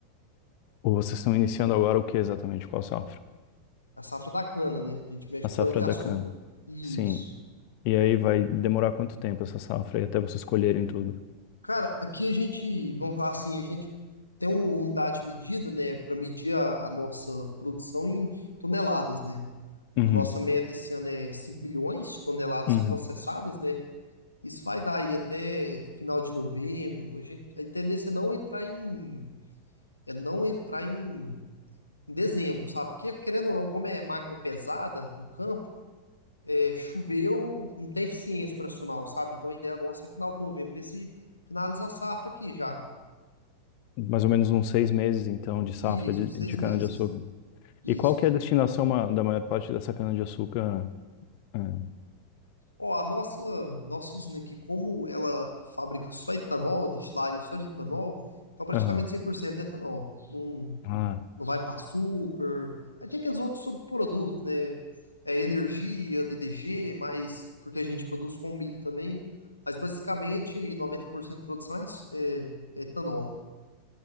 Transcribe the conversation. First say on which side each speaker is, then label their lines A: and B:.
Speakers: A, on the left; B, on the left.
A: Ou Vocês estão iniciando agora o que exatamente? Qual safra?
B: a safra da cana, né? A gente mexe
A: A
B: com
A: safra
B: cana-de-açúcar.
A: da cana.
B: Isso.
A: Sim. E aí vai demorar quanto tempo essa safra aí até vocês colherem tudo?
B: Cara, aqui a gente, vamos falar assim, a gente tem uma unidade de medida, né? Para medir a, a nossa produção em toneladas, né?
A: Uhum.
B: A nossa meta esse ano é 5 milhões de toneladas
A: Uhum.
B: processadas, né? Isso vai dar aí até final de novembro. A gente, a tendência é não entrar em, é não entrar em, em dezembro, sabe? Porque, querendo ou não, como é máquina pesada no campo, é, choveu, não tem eficiência operacional, sabe? Então a ideia nossa é final de novembro, ver se finaliza a safra aqui já.
A: Mais ou menos uns seis meses, então, de safra
B: Isso,
A: de,
B: uns
A: de
B: seis meses.
A: cana-de-açúcar.
B: Isso.
A: E qual que é a destinação ma- da maior parte dessa cana-de-açúcar? Ah,
B: Ó, a nossa, nossa usina aqui, como ela fabrica só etanol, destilaria só de etanol, então praticamente
A: Aham.
B: 100% é etanol. Não,
A: Ah.
B: não vai para açúcar. Aí tem aqueles outros subprodutos, né? É energia, DDG, mas porque a gente produz com milho também. Mas basicamente 90% de produção é, aç- é- é etanol.